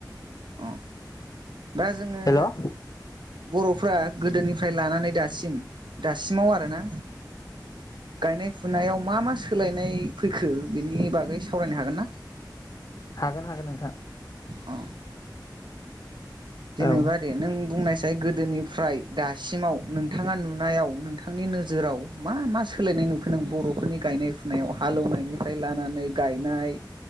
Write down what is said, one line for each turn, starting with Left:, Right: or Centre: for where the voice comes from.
Right: अ दा जोङो
Left: हेल' औ
Right: बर'फ्रा गोदोनिफ्राय लानानै दासिम सिम दासिमाव आरोना गायनाय फुनायाव मा मा सो सोलायनाय फैखो बेनि बागै सावरायनो हागोन ना?
Left: हागोन हागोन नोंथां
Right: अ जेनेबा
Left: औ
Right: दे नों बुंनाय जाय‌ गोदोनिफ्राय दासिमाव नोंथाङा नुनायाव नोंथांनि नोजोराव मा मा सोलायनाय नुखो नों बरफोरनि गायनाय फुनायाव हालौनायनिफ्राय लानानै गायनाय